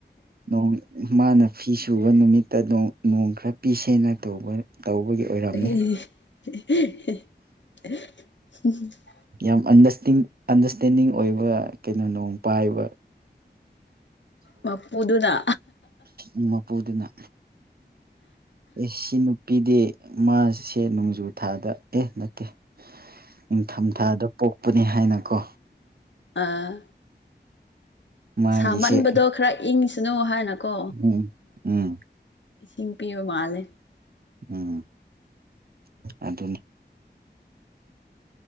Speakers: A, on the right; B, on the left.
A: ꯅꯣꯡ ꯃꯥꯅ ꯐꯤ ꯁꯨꯕ ꯅꯨꯃꯤꯠꯇ ꯅꯣꯡ ꯅ‌ꯣꯡ ꯈꯔ ꯄꯤꯁꯦꯅ ꯇꯧꯕ ꯇꯧꯕꯒꯤ ꯑꯣꯏꯔꯝꯅꯤ
B: ꯑꯩ <unintelligible>
A: ꯌꯥꯝ ꯑꯟꯗꯁꯇꯤꯡ ꯑꯟꯗꯁꯇꯦꯟꯗꯤꯡ ꯑꯣꯏꯕ ꯀꯩꯅꯣ ꯅꯣꯡ ꯄꯥꯏꯕ
B: ꯃꯄꯨꯗꯨꯅ
A: ꯎꯝ ꯃꯄꯨꯗꯨꯅ ꯏꯁꯤꯡ ꯄꯤꯗ‌ꯦ ꯃꯥꯁꯦ ꯅꯣꯡꯖꯨ ꯊꯥꯗ ꯑꯦ ꯅꯠꯇꯦ ꯅꯤꯡꯊꯝꯊꯥꯗ ꯄꯣꯛꯄꯅꯤ ꯍꯥꯏꯅ ꯀꯣ
B: ꯑꯥ
A: ꯃꯥꯒꯤꯁꯦ
B: ꯁꯥꯃꯟꯕꯗꯣ ꯈꯔ ꯏꯪꯁꯤꯅꯨ ꯍꯥꯏꯅꯀꯣ
A: ꯎꯝ ꯎꯝ
B: ꯏꯁꯤꯡ ꯄꯤꯕꯥ ꯃꯥꯜꯂꯦ
A: ꯎꯝ ꯑꯗꯨꯅꯤ